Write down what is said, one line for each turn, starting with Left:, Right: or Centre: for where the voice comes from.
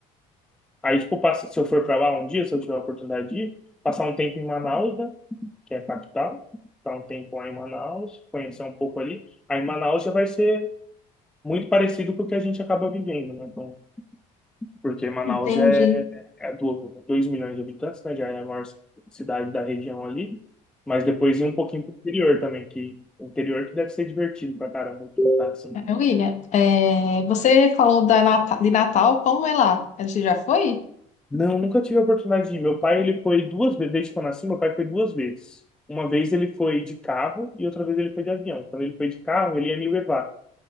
Centre: Aí, tipo, passa, se eu for pra lá um dia, se eu tiver a oportunidade de ir, passar um tempo em Manaus, né? Que é a capital. Passar um tempo lá em Manaus, conhecer um pouco ali. Aí, Manaus já vai ser muito parecido com o que a gente acaba vivendo, né? Então, porque Manaus
Left: Entendi.
Centre: já é, é 2 milhões de habitantes, né? Já é a maior cidade da região ali. Mas depois ir um pouquinho pro interior também, que o interior que deve ser divertido pra caramba. tá Assim,
Left: É, William, é, você falou da Nata- de Natal, como é lá? Você já foi?
Centre: Não, nunca tive a oportunidade de ir. Meu pai, ele foi duas vezes, desde que eu nasci, meu pai foi duas vezes. Uma vez ele foi de carro e outra vez ele foi de avião. Quando ele foi de carro, ele ia me levar,